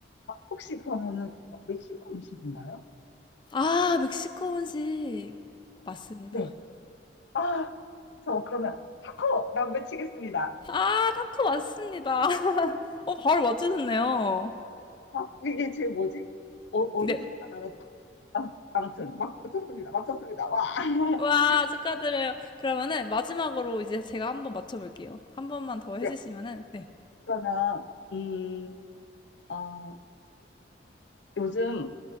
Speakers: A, on the left; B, on the left.
A: 혹시 그러면은 뭐 멕시코 음식인가요?
B: 아, 멕시코 음식 맞습니다.
A: 네. 아, 저 그러면 타코라고 외치겠습니다.
B: 아, 타코 맞습니다. <laughs> 어, 바로 맞추셨네요.
A: 아, 이게 제 뭐지? 어, 어디서
B: 네.
A: 딱 알아서. 아, 아무튼, 막 맞췄습니다. 맞췄습니다. 와. <laughs>
B: 와, 축하드려요. 그러면은 마지막으로 이제 제가 한번 맞춰볼게요. 한 번만 더 해주시면은,
A: 네,
B: 네.
A: 그러면, 음, 어, 요즘